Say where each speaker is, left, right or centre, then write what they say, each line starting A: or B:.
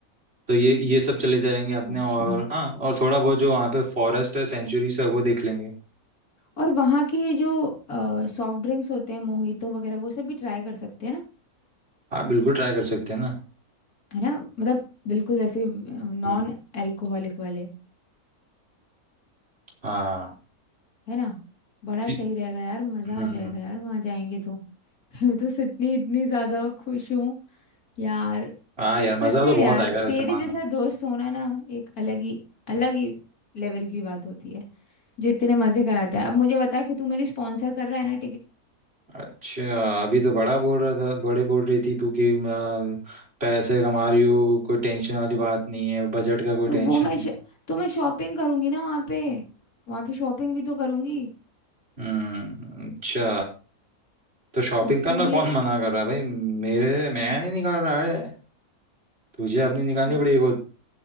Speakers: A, on the right; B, on the left.
A: तो ये ये सब चले जाएंगे अपने
B: सच
A: और
B: में
A: हाँ और थोड़ा बहुत जो वहाँ पे फॉरेस्ट है सेंचुरीज है वो देख लेंगे
B: और वहाँ के जो सॉफ्ट ड्रिंक्स होते हैं मोहितो वगैरह वो सब भी ट्राई कर सकते हैं ना
A: हाँ बिल्कुल ट्राई कर सकते हैं ना
B: है ना मतलब बिल्कुल जैसे नॉन
A: हम्म,
B: अल्कोहलिक वाले
A: हाँ
B: है ना बड़ा
A: ठीक
B: सही रहेगा यार मज़ा
A: हम्म,
B: आ जाएगा
A: हम्म।
B: यार वहाँ जाएंगे तो <laughs> मैं तो इतनी इतनी ज़्यादा खुश हूँ यार
A: हाँ
B: इस
A: यार मज़ा
B: सच
A: तो
B: में
A: बहुत
B: यार
A: आएगा वैसे
B: तेरे
A: मानना
B: जैसा दोस्त होना ना एक अलग ही
A: हम्म।
B: अलग ही लेवल की बात होती है जो इतने मज़े कराता है अब मुझे बता कि तू मेरी स्पॉन्सर कर रहा है ना
A: अच्छा अभी तो बड़ा बोल रहा था बड़े बोल रही थी तू कि आ, पैसे कमा रही हो कोई टेंशन वाली बात नहीं है बजट का कोई
B: तो
A: टेंशन
B: वो मैं
A: नहीं
B: श... तो मैं शॉपिंग करूंगी ना वहाँ पे वहाँ पे शॉपिंग भी तो करूंगी
A: हम्म अच्छा तो शॉपिंग
B: अब
A: करना
B: तू भी
A: कौन मना कर रहा है भाई मेरे मैं नहीं निकाल रहा है तुझे अपनी निकालनी
B: अच्छा,
A: पड़ेगी खुद